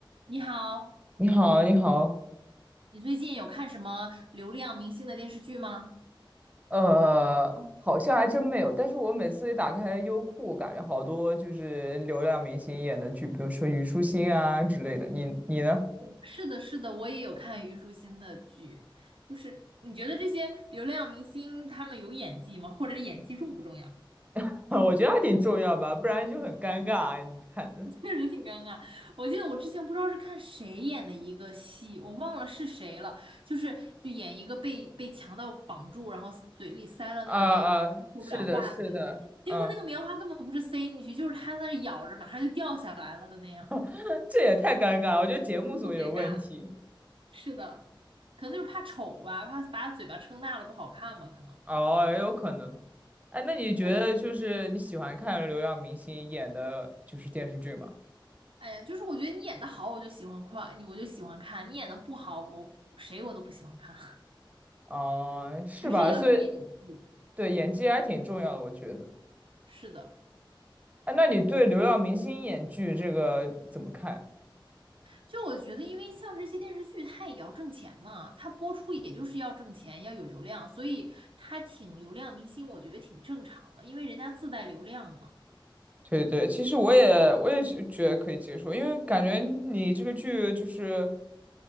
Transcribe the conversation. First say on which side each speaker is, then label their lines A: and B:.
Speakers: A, on the right; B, on the right.
A: 你好，
B: 你好，你好，
A: 你最近有看什么流量明星的电视剧吗？
B: 呃，好像还真没有，但是我每次一打开优酷，感觉好多就是流量明星演的剧，比如说虞书欣啊之类的。你你呢？
A: 是的，是的，我也有看虞书欣的剧。就是你觉得这些流量明星他们有演技吗？或者演技重不重要？
B: <laughs> 我觉得还挺重要吧，不然就很尴尬。
A: <laughs> 嗯，
B: 你看的，
A: 确实挺尴尬。我记得我之前不知道是看谁演的一个戏，我忘了是谁了，就是就演一个被被强盗绑住，然后嘴里塞了那个棉花，
B: 啊啊，
A: 说不了话的那个，
B: 是的，是的，
A: 结果那个棉花根本不是塞进去，
B: 嗯，
A: 就是他在那儿咬着，马上就掉下来了的那样，
B: <laughs> 这也太尴尬了，我觉得节目组也有问题。
A: 特别尬。是的，可能就是怕丑吧，怕把嘴巴撑大了不好看吧，可能。
B: 哦，也有可能。哎，那你觉得就是你喜欢看流量明星演的就是电视剧吗？
A: 反正，哎呀，就是我觉得你演的好，我就喜欢看，你我就喜欢看；你演的不好，我谁我都不喜欢看。<laughs>
B: 嗯、是吧？
A: 还是要有演技。
B: 所以对演技还挺重要的，我觉得。
A: 是的，
B: 哎，那你对流量明星演剧这个怎么看？
A: 就我觉得，因为像这些电视剧，它也要挣钱嘛，它播出也就是要挣钱，要有流量，所以它请流量明星，我觉得挺正常的，因为人家自带流量嘛。
B: 对对，其实我也我也觉觉得可以接受，因为感觉你这个剧就是，